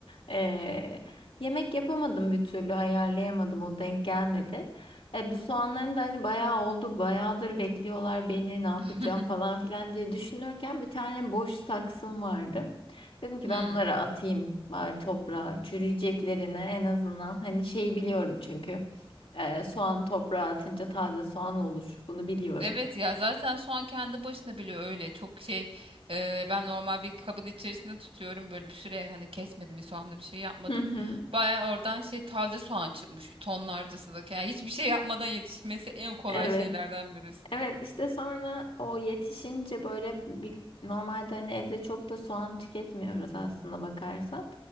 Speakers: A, on the left; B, on the right.
A: E, yemek yapamadım bir türlü ayarlayamadım o denk gelmedi. E, bu soğanların da hani bayağı oldu, bayağıdır bekliyorlar beni, ne yapacağım
B: <laughs>
A: falan filan diye düşünürken bir tane boş taksım vardı. Dedim ki
B: Hmm.
A: ben bunları atayım bari toprağa, çürüyeceklerine en azından. Hani şey biliyorum çünkü e, soğan toprağa atınca taze soğan olur, bunu biliyorum.
B: Evet ya zaten soğan kendi başına bile öyle çok şey e, ben normal bir kabın içerisinde tutuyorum böyle bir süre hani kesmedim bir soğanlı bir şey yapmadım
A: Hı hı.
B: baya oradan şey taze soğan çıkmış tonlarcası da yani hiçbir şey yapmadan yetişmesi en kolay
A: Evet.
B: şeylerden birisi.
A: Evet işte sonra o yetişince böyle bir, normalde hani evde çok da soğan tüketmiyoruz aslında bakarsan.